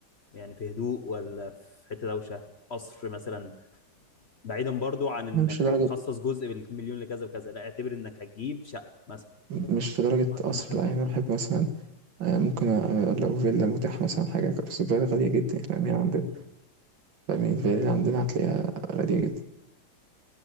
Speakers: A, on the left; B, on the right.
A: يعني في هدوء ولا في حته دوشه قصر مثلا بعيدا برضو عن انك
B: أنا مش لدرجة
A: هتخصص جزء بالمليون لكذا وكذا لا اعتبر انك هتجيب شقه مثلا
B: مش لدرجة
A: او هتجيب
B: قصر
A: مكان
B: لا
A: تقعد
B: يعني أنا
A: فيه
B: بحب مثلا آه، ممكن آه، لو فيلا متاح مثلا حاجة بس الفيلا غالية جدا يعني فاهم يعني
A: مم.
B: فاهمني الفلل عندنا هتلاقيها غالية جدا